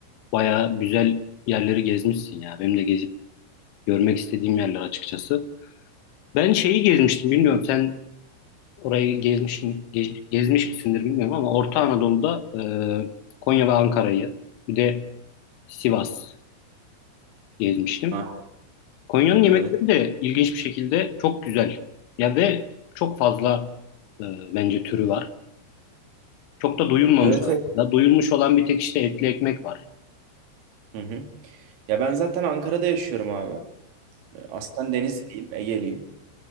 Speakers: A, on the left (about 70°); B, on the right (about 85°).
A: bayağı güzel yerleri gezmişsin ya. Benim de gezip görmek istediğim yerler açıkçası. Ben şeyi gezmiştim, bilmiyorum sen Orayı gezmiş mi, gez- gezmiş misindir bilmiyorum ama Orta Anadolu'da e, Konya ve Ankara'yı bir de Sivas gezmiştim.
B: Ha,
A: Konya'nın yemekleri
B: Evet.
A: de ilginç bir şekilde çok güzel. Ya ve çok fazla e, bence türü var. Çok da duyulmamış
B: Evet,
A: aslında.
B: evet.
A: Duyulmuş olan bir tek işte etli ekmek var.
B: Hı hı. Ya ben zaten Ankara'da yaşıyorum abi. Aslen Denizliyim, Ege'liyim.